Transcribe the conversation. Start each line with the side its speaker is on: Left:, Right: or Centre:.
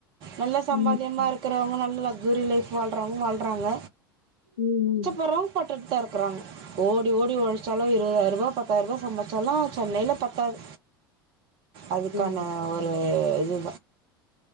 Right: நல்ல சம்பாதியமா
Left: ம் ம்
Right: இருக் க்கிறவுங்க நல்லா ஃகிரி லைஃப் வாழ்றவ்ங்க வாழ்றாங்க
Left: ம்
Right: பொறம்பட்டுட்தா இருக்கிறாங்க ஓடி ஓடி ஒழச்சாலு இருவதாயிருவா பத்தாயிருவா சம்பாச்சாலு சென்னையில பத்தாது அதுக்கான
Left: ஓ
Right: ஒரு இது